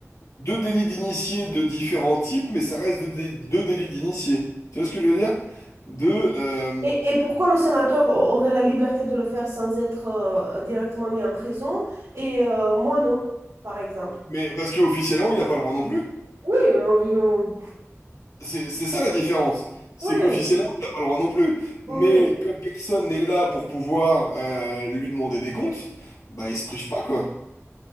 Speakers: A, on the left; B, on the right.
A: deux délits d'initié de différents types, mais ça reste deux, dé- deux délits d'initié. Tu vois ce que je veux dire? Deux... euh,
B: Et, et pourquoi le sénateur a- aurait la liberté de le faire sans être euh, directement mis en prison et euh, moi non, par exemple?
A: Mais parce qu'officiellement, il n'a pas le droit non plus.
B: Oui, euh, évidemment.
A: C'est c'est ça la différence. C'est
B: Oui,
A: qu'officiellement, t'as pas le droit non plus. Mais
B: oui.
A: comme personne n'est là pour pouvoir euh, lui demander des comptes, bah il se prive pas, quoi.